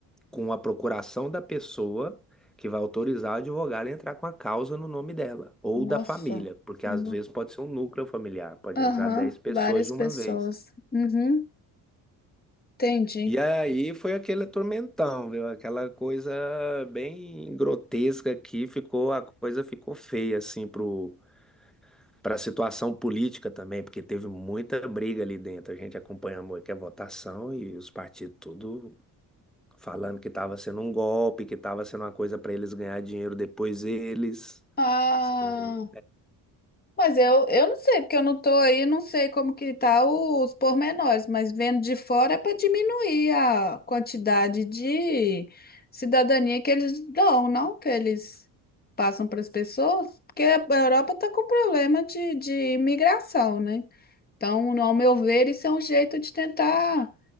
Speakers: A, in the centre; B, on the left.
A: com a procuração da pessoa que vai autorizar o advogado a entrar com a causa no nome dela ou
B: nossa.
A: da família, porque
B: No-
A: às vezes pode ser um núcleo familiar, pode
B: Aham,
A: entrar 10 pessoas
B: várias
A: de
B: pessoas.
A: uma vez.
B: Uhum, entendi.
A: E aí foi aquele tormentão, viu? Aquela coisa bem grotesca que ficou, a coisa ficou feia assim pro para a situação política também, porque teve muita briga ali dentro. A gente acompanhou aqui a votação e os partidos tudo falando que estava sendo um golpe, que estava sendo uma coisa para eles ganhar dinheiro depois eles.
B: Ah,
A: Você tá entendendo?
B: Mas eu, eu não sei, porque eu não tô aí, não sei como que tá o- os pormenores, mas vendo de fora é para diminuir a quantidade de cidadania que eles dão, não que eles passam para as pessoas, porque a Europa está com problema de, de imigração, né? Então, ao meu ver, isso é um jeito de tentar